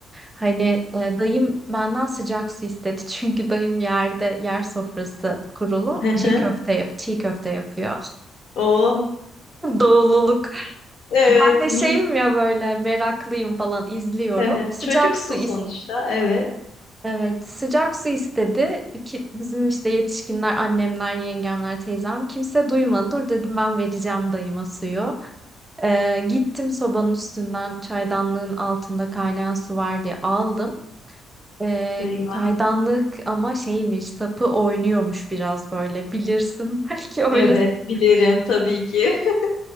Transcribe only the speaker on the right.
Hani e, dayım benden sıcak su istedi. <laughs> Çünkü dayım yerde yer sofrası kurulu
çiğ
köfte çiğ köfte yapıyor.
<laughs> Doğululuk.
Ben de
şeyim ya böyle meraklıyım falan izliyorum.
Sıcak
su is
Evet, sıcak su istedi ki bizim işte yetişkinler, annemler, yengemler, teyzem kimse duymadı. Dur dedim ben vereceğim dayıma suyu. Ee, gittim sobanın üstünden çaydanlığın altında kaynayan su var diye aldım. Ee,
çaydanlık ama şeymiş sapı oynuyormuş biraz böyle bilirsin <laughs> belki öylesin.